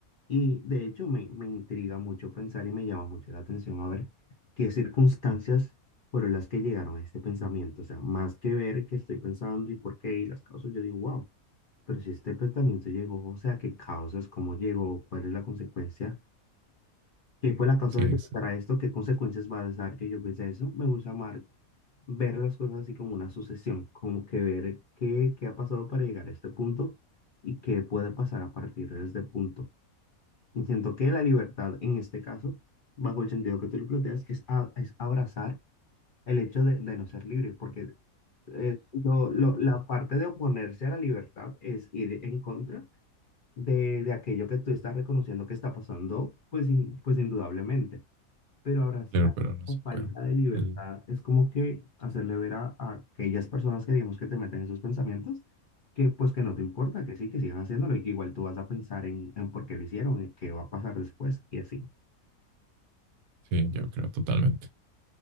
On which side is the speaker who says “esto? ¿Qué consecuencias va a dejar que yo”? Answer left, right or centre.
Left